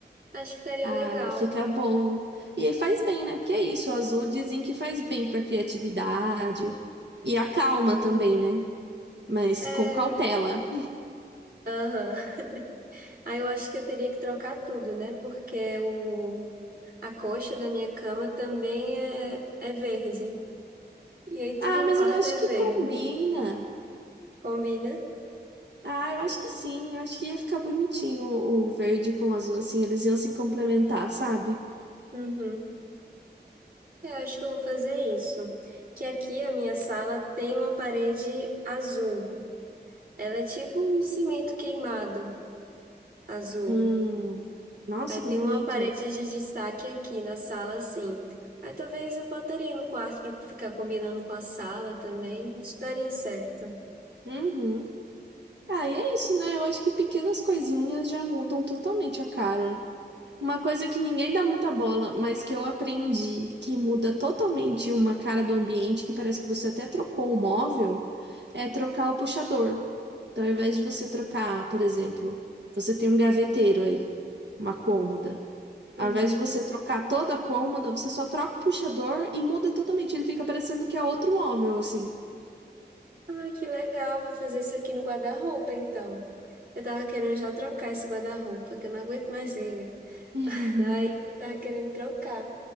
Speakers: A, on the right (about 60°); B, on the right (about 80°).
A: Acho que ficaria
B: <laughs> Ai,
A: legal.
B: fica bom. E aí faz bem, né? Porque é isso, o azul dizem que faz bem pra criatividade. E acalma
A: Uhum.
B: também, né? Mas
A: É,
B: com cautela.
A: aham. Aí eu acho que eu teria que trocar tudo, né? Porque o, a coxa da minha cama também é, é verde. E aí tudo
B: Ah,
A: no
B: mas
A: quarto
B: eu acho
A: é
B: que
A: verde.
B: combina.
A: Combina?
B: Ah, eu acho que sim. Eu acho que ia ficar bonitinho o o verde com o azul, assim, eles iam se complementar, sabe?
A: Uhum. Eu acho que eu vou fazer isso. Que aqui a minha sala tem uma parede azul. Ela é tipo um cimento queimado. azul.
B: Hum. Nossa,
A: Aí tem
B: que bonito.
A: uma parede de destaque aqui na sala, assim. Aí talvez eu botaria no quarto pra ficar combinando com a sala também. Acho que daria certo.
B: Uhum. Ah, e é isso, né? Eu acho que pequenas coisinhas já mudam totalmente a cara. Uma coisa que ninguém dá muita bola, mas que eu aprendi que muda totalmente uma cara do ambiente, que parece que você até trocou o móvel, é trocar o puxador. Então, ao invés de você trocar, por exemplo, você tem um gaveteiro aí, uma cômoda. Ao
A: Uhum.
B: invés de você trocar toda a cômoda, você só troca o puxador e muda totalmente. Ele fica parecendo que é outro móvel, assim.
A: Ah, que legal. Vou fazer isso aqui no guarda-roupa, então. Eu tava querendo já trocar esse guarda-roupa, que eu não aguento mais ele.
B: <laughs>
A: <laughs> Aí eu tava querendo trocar.